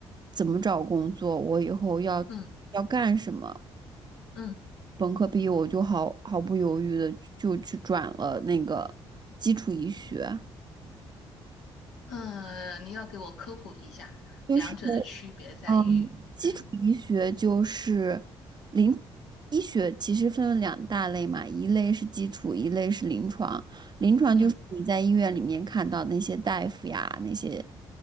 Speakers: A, on the right; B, on the left.
A: 怎么找工作，我以后要要干什么。
B: 嗯嗯
A: 本科毕业我就毫毫不犹豫的就去转了那个基础医学，
B: 嗯，呃你要给我科普一下，
A: 就是。
B: 两者的区别在于，
A: 嗯，基础医学就是临
B: 嗯
A: 医学，其实分为两大类嘛，一类是基础，一类是临床。临床就是你在医院里面看到那些大夫呀，
B: 嗯，
A: 那些